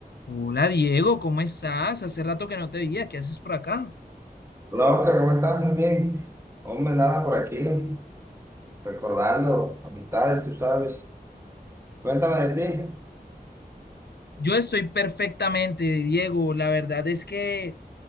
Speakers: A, on the left; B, on the right.
A: Hola Diego, ¿cómo estás? Hace rato que no te veía, ¿qué haces por acá?
B: Hola Oscar, ¿cómo estás? Muy bien. Hombre, nada por aquí, recordando amistades, tú sabes. Cuéntame de ti.
A: Yo estoy perfectamente, Diego. La verdad es que